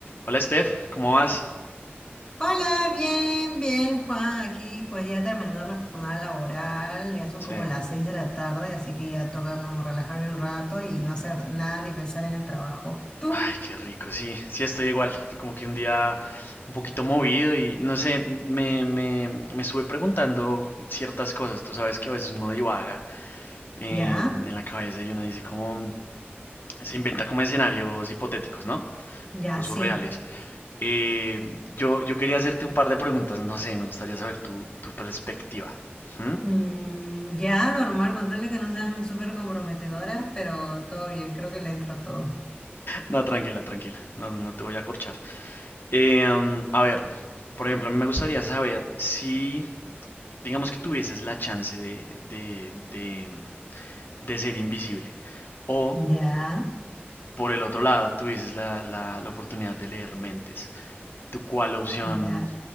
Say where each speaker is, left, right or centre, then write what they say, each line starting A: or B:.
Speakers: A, on the left; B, on the left.
A: Hola Steph, ¿cómo vas?
B: Hola, bien, bien, Juan. Aquí pues ya terminando la jornada laboral, ya son
A: Sí.
B: como las seis de la tarde, así que ya toca como relajarme un rato y no hacer nada ni pensar en el trabajo. ¿Tú?
A: Ay, qué rico, sí, sí estoy igual, como que un día un poquito movido y no sé, me, me, me estuve preguntando ciertas cosas, tú sabes que a veces uno divaga en,
B: Ya,
A: en la cabeza y uno dice como, se inventa como escenarios hipotéticos, ¿no?
B: ya
A: Cosas
B: sí.
A: reales. Eh, yo, yo quería hacerte un par de preguntas, no sé, me gustaría saber tu, tu perspectiva. ¿Mm?
B: Mm, ya, normal, contarle que no sean súper comprometedoras, pero todo bien, creo que le entra todo.
A: No, tranquila, tranquila, no, no te voy a corchar. Eh, um, a ver, por ejemplo, a mí me gustaría saber si, digamos que tuvieses la chance de, de, de, de ser invisible o,
B: Ya,
A: por el otro lado, tuvieses la, la, la oportunidad de leer mentes. ¿Tú cuál opción,
B: ya.